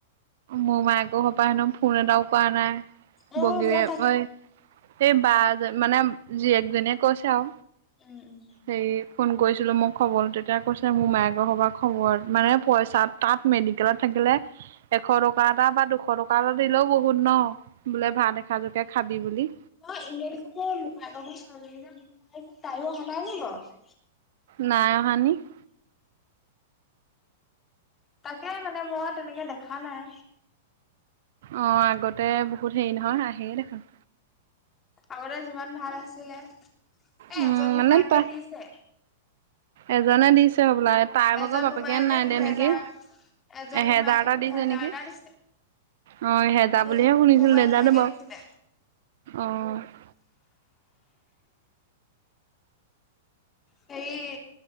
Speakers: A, on the right; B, on the left.
A: মােমায়েকৰ ঘৰৰ পৰা হেনো, ফোন এটাও কৰা নাই,
B: অ
A: বগীৰে
B: মই তাকে
A: ঐ সেই বাজন মানে, যিয়েক জনীয়ে কৈছে আৰু।
B: উম, উম।
A: হেৰি ফোন কৰিছিলোঁ। মোক খব তেতিয়া কৈছে, মোমায়েক সোপা খবৰ, মানে পইচা তাত মেডিকেলত থাকিলে এশ টকা এটা, বা দুশ টকা এটা দিলেও বহুত ন', বোলে ভাত এখা জকে খাবি বুলি।
B: অ', এনে দেখোন যে, ভাৰ্গৱ <unintelligible> ছােৱালীজনী যে বহুত ভাল, তাইয়ো অহা নাই নেকি বাৰু।
A: নাই অহা নেকি।
B: তাকে মানে, মই তেনেকে দেখা নাই।
A: অ', আগতে বহুত হেৰি নহয়, আহেই দেখোন।
B: আগতে যিমান ভাল আছিলে, এ-এজন
A: উম, মানে
B: মোমায়েকে
A: তা
B: দিছে।
A: এজনে দিছে হ'বলা তাই
B: এজন
A: ভাগৰ বাপেকে
B: মোমায়েকে
A: নাই
B: দুহেজাৰ
A: দিয়া নেকি?
B: এজন
A: এহেজাৰটা
B: মোমায়েকে দুহেজাৰ
A: দিছে নেকি?
B: এটা দিছে
A: অ', এহেজাৰ
B: মোৰ
A: বুলিহে
B: মোৰ
A: শুনিছিলোঁ,
B: মোবাইললৈকে
A: নজানো বাৰু,
B: দিছিলে
A: অহ।
B: হেৰি,